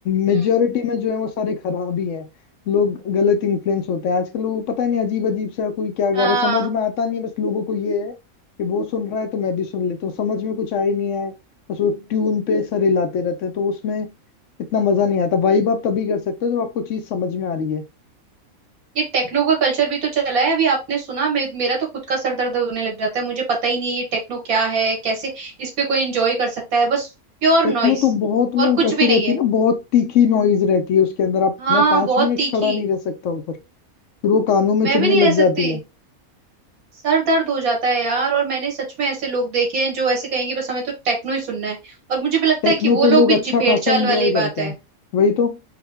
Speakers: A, on the left (about 65°); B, on the right (about 75°).
A: मेजोरिटी
B: हम्म
A: में जो है वो सारे खराब ही हैं लोग गलत इन्फ्लुएंस होते हैं आजकल वो पता नहीं अजीब अजीब सा कोई क्या गा
B: हाँ
A: रहा है समझ में आता नहीं है बस लोगों को ये है कि वो सुन रहा है तो मैं भी सुन लेता हूँ समझ में कुछ आ ही नहीं है बस वो ट्यून पे सर हिलाते रहते हैं तो उसमें इतना मजा नहीं आता वाइब आप तभी कर सकते हो जब आपको चीज समझ में आ रही है
B: ये टेक्नो का कल्चर भी तो चला है अभी आपने सुना मे, मेरा तो खुद का सर दर्द होने लग जाता है मुझे पता ही नहीं है ये टेक्नो क्या है कैसे इस पे कोई एंजॉय कर सकता है बस प्योर
A: टेक्नो
B: नॉइस
A: तो बहुत वो
B: और कुछ
A: ऐसे
B: भी
A: रहती
B: नहीं है
A: है ना बहुत तीखी नॉइज रहती है उसके अंदर आप
B: हाँ
A: मैं पांच
B: बहुत
A: मिनट
B: तीखी
A: खड़ा नहीं रह सकता उधर फिर वो कानों
B: मैं
A: में चुभने
B: भी नहीं रह
A: लग
B: सकती
A: जाती है
B: सर दर्द हो जाता है यार और मैंने सच में ऐसे लोग देखे हैं जो ऐसे कहेंगे बस हमें तो टेक्नो ही सुनना है और मुझे भी लगता
A: टेक्नो
B: है कि वो
A: पे
B: लोग
A: लोग
B: भी
A: अच्छा
B: जी- भेड़चाल
A: खासा एंजॉय
B: वाली ही
A: करते
B: बात है
A: हैं वही तो